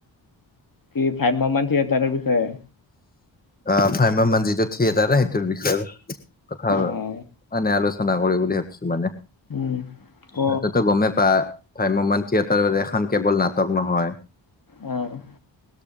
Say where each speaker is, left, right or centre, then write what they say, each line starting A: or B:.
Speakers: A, on the left; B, on the left.
A: কি ভাম্যমান থিয়েটাৰৰ বিষয়ে?
B: অ', ভাম্যমান যিটো থিয়েতাৰ ন সেইটোৰ বিষয়ে কথা
A: অ'
B: মানে আলোচনা কৰি বুলি ভাবিছো মানে,
A: উম ক
B: ত তইটো গ'মেই পাই। ভাম্যমান থিয়েটাৰ এখন কেৱল নাটক নহয়।
A: অ'।